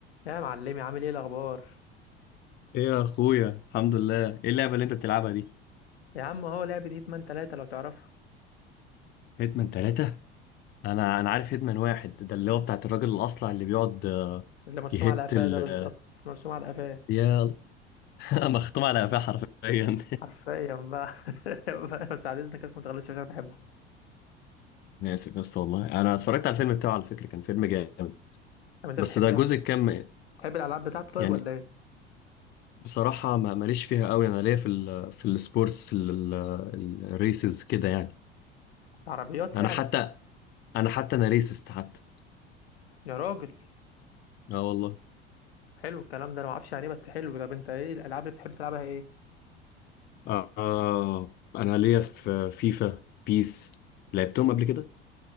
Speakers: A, on the left; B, on the left.
A: يا معلمي عامل ايه الاخبار
B: ايه يا اخويا الحمد لله ايه اللعبه اللي انت بتلعبها دي
A: يا عم هو لعبة هيتمان تلاتة لو تعرفها
B: هيتمان ثلاثة انا انا عارف هيتمان واحد ده اللي هو بتاعت الراجل الاصلع اللي بيقعد آه،
A: اللي مرسوم
B: يهت
A: على قفاه
B: ال
A: ده بالظبط
B: آه،
A: مرسوم على قفاه
B: يا <laughs> مختوم على قفاه حرفيا <laughs>
A: حرفيا بقى <laughs> بس على اذنك بس ما تغلطش عشان انا بحبه
B: انا اسف يا اسطى والله انا اتفرجت على الفيلم بتاعه على فكره كان فيلم جامد
A: طب انت
B: بس
A: بتحب
B: ده جزء كام
A: بتحب الالعاب بتاعته طيب
B: يعني
A: ولا ايه
B: بصراحه ما ماليش فيها قوي انا ليا في ال في السبورتس ال- ال- الريسز كده يعني
A: العربيات
B: انا
A: يعني
B: حتى انا حتى انا ريسست حتى
A: يا راجل
B: اه والله
A: طب حلو الكلام ده انا ما اعرفش يعني ايه بس حلو طب انت ايه الالعاب اللي بتحب تلعبها ايه
B: آه انا ليا في فيفا بيس لعبتهم قبل كده